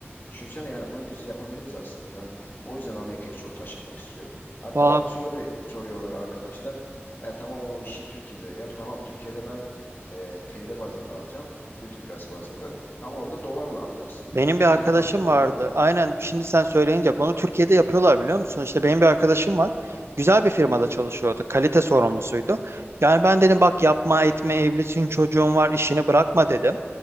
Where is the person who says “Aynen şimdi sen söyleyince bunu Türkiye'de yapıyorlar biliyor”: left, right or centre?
Right